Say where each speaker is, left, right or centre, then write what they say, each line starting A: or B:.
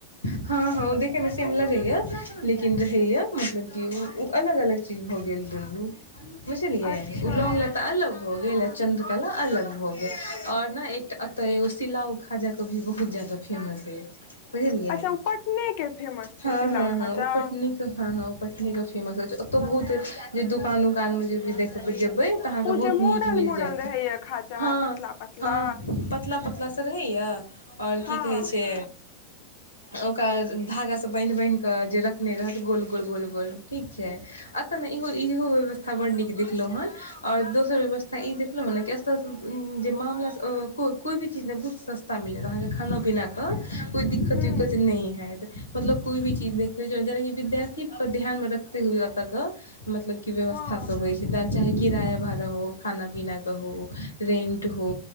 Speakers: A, on the left; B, on the left.
A: हाँ हाँ ओ देखै मे सेम लगै य लेकिन रहेय मतलब की उ अलग अलग चीज भऽ गेल दुनू बुझलियै
B: अच्छा
A: उ लोंग लता अलग भऽ गेल आ चन्द्रकला अलग भऽ गेल आओर न एकटा तऽ एगो सिलाउ खाजा कभी बहुत जादा फेमस अछि बुझलियै
B: अच्छा ओ पटने के फेमस छै
A: हाँ
B: सिलाव
A: हाँ
B: खाजा
A: हाँ ओ पटनेक भाहो हाँ हाँ पटने के फेमस अछि ओत्तौ बहुत जे दोकान ओकान मे जेबै देखबिही बै तऽ अहाँके
B: ओ
A: बहुत
B: जे मोड़ल
A: नीक मिल
B: मोड़ल
A: जायत
B: रहैया खाजा
A: हाँ
B: पतला पतला
A: हाँ पतला पतला सा रहैए आओर
B: हँ
A: की कहैत छै
B: <inaudible>
A: ओकरा धागासे बान्हि बान्हिकऽ जे रखने रहत गोल गोल गोल गोल ठीक छै अतऽ नहि इहो व्यवस्था बड्ड नीक देखलौं हन आओर दोसर व्यवस्था ई देखलौं हन ने कि एतऽ मामला सँ ओ कोइ कोइ भी चीज सस्ता मिल रहल अए खाना पीना कऽ कोइ दिक्कत
B: हूँ
A: उक्कत नहि हैत मतलब कोइ भी चीज देखबै जेनाकि विद्यार्थी पर ध्यान मे रखते हुए एतऽ कऽ मतलब कि व्यवस्था
B: हँ
A: सब होइ छै चाहे किराया भाड़ा हो खाना पीना हो रेंट हो